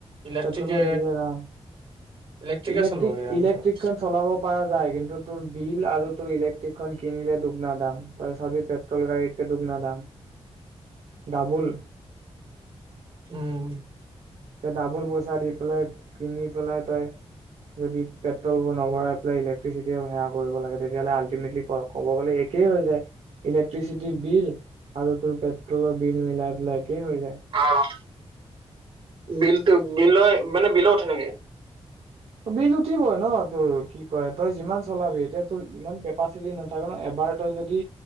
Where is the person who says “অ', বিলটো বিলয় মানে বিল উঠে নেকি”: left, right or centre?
Right